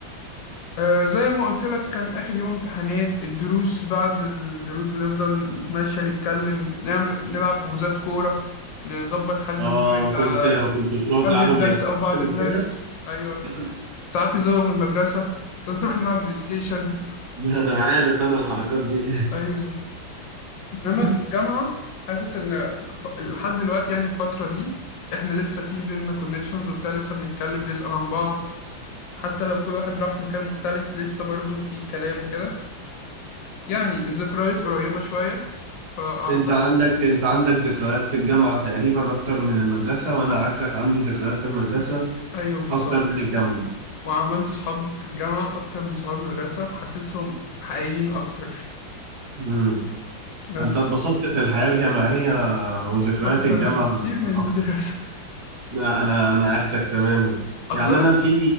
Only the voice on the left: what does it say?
آه زي ما قلت لك كان آخر يوم امتحانات الدروس بعد الدروس بنفضل نتمشى نتكلم نعمل نلعب حجوزات كورة نظبط حجز
الكورة يبقى
قبل
الدرس
أو بعد الدرس
أيوه
ساعات نزوغ من المدرسة <laughs> نروح نلعب بلاي ستيشن
أيوه إنما
في الجامعة حاسس إن ف- لحد دلوقتي يعني الفترة دي إحنا لسه في بينا كونكشنز وبتاع لسه بنتكلم بنسأل عن بعض حتى لو كل واحد راح مكان مختلف لسه برضه في كلام وكده يعني الذكريات قريبة شوية فأعتقد
أيوه بالظبط
وعملت صحاب في الجامعة أكتر من صحاب المدرسة حاسسهم حقيقيين أكتر
بس
أكتر
بكتير من
المدرسة
<laughs> أصل
أنا